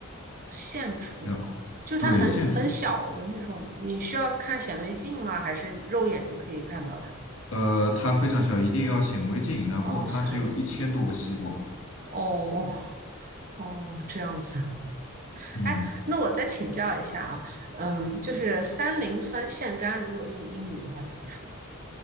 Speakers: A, on the right; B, on the left.
A: 线虫，
B: 然后对线虫，
A: 就它很很小的那种，你需要看显微镜吗？还是肉眼就可以看到它？
B: 呃，它非常小，一定要显微镜，然后它只有一千多个细胞。
A: 哦，显微镜，哦哦，这样子。
B: 嗯。
A: 哎，那我再请教一下啊，嗯，就是三磷酸腺苷，如果用英语的话怎么说？